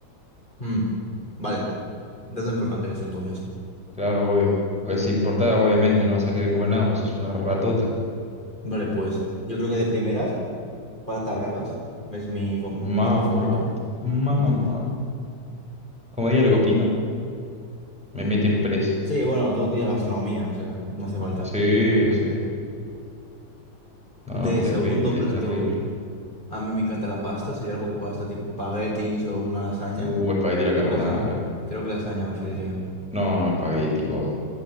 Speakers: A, on the left; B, in the centre.
A: Mm, Vale. Dato importante eso entonces.
B: Claro, obvio. Porque si importa, obviamente no vas a querer comer nada, porque sos una ratota.
A: Vale, pues yo creo que de primeras, patatas bravas. Es mi, co- mi
B: Mamá,
A: intento favorito.
B: mamá.
A: Mi intento-
B: Como diría lo que opinó, me meten preso.
A: Sí, bueno, todo tiene gastronomía, o sea, no hace falta.
B: Sí,
A: que Lo digas.
B: sí. No,
A: De
B: no, es terrible,
A: segundo plato.
B: es terrible.
A: A mí me encanta la pasta, sería algo con pasta tipo espaguetis o una lasaña.
B: Uh, espagueti a la
A: Creo
B: carbonara.
A: que lasaña. Creo que lasaña preferiría.
B: No, no, espagueti, God.